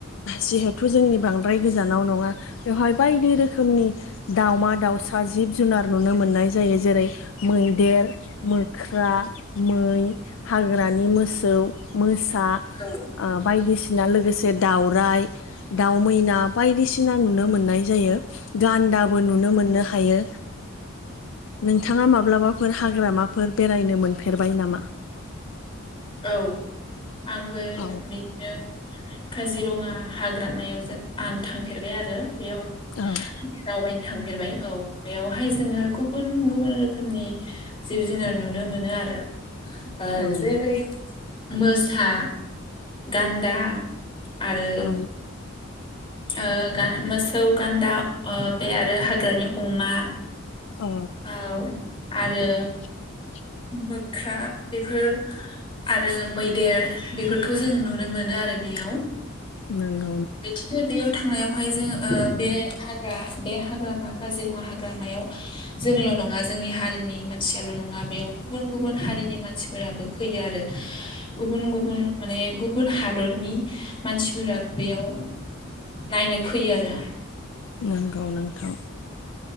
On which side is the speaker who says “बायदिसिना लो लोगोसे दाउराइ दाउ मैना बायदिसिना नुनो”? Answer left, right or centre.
Left